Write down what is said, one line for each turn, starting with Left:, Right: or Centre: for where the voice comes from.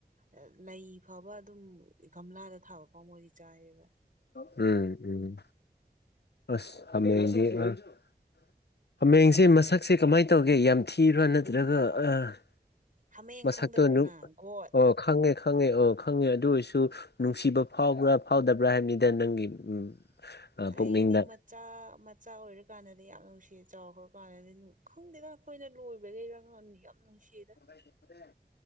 Right: ꯑ ꯂꯩꯐꯥꯎꯕ ꯑꯗꯨꯝ ꯒꯝꯂꯥꯗ ꯊꯥꯕ ꯐꯥꯎꯕ ꯃꯣꯏꯗꯤ ꯆꯥꯏꯕ
Left: ꯎꯝ ꯎꯝ ꯑꯁ ꯍꯥꯃꯦꯡꯗꯤ <unintelligible> ꯍꯥꯃꯦꯡꯁꯦ ꯃꯁꯛꯁꯦ ꯀꯃꯥꯏ ꯇꯧꯒꯦ ꯌꯥꯝ ꯊꯤꯕ꯭ꯔꯥ ꯅꯠꯇ꯭ꯔꯒ ꯑ
Right: ꯍꯥꯃꯦꯡ
Left: ꯃꯁꯛꯇꯣ
Right: ꯈꯪꯗꯕ꯭ꯔꯥ
Left: ꯅꯨꯞ
Right: ꯅꯪ ꯒꯣꯠ
Left: ꯑꯣ ꯈꯪꯉꯦ ꯈꯪꯉꯦ ꯑꯣ ꯈꯪꯉꯦ ꯑꯗꯨ ꯑꯣꯏꯁꯨ ꯅꯨꯡꯁꯤꯕ ꯐꯥꯎꯕ꯭ꯔꯥ ꯐꯥꯎꯗꯕ꯭ꯔꯥ ꯍꯥꯏꯝꯃꯤꯗ ꯅꯪꯒꯤ ꯎꯝ ꯑ
Right: ꯑꯩꯒꯤꯗꯤ
Left: ꯄꯨꯛꯅꯤꯡꯗ
Right: ꯃꯠ ꯆꯥ ꯃꯆꯥ ꯑꯣꯏꯔ ꯀꯥꯟꯗꯗꯤ ꯌꯥꯝ ꯅꯨꯡꯁꯤ ꯆꯥꯎꯈꯔ ꯀꯥꯟꯗꯗꯤ ꯅꯨꯛ ꯈꯪꯗꯦꯗ ꯑꯩꯈꯣꯏꯅ ꯂꯣꯏꯕ ꯕꯔꯩꯔ ꯈꯪꯗꯦ ꯌꯥꯝ ꯅꯨꯡꯁꯤꯗ
Left: <unintelligible>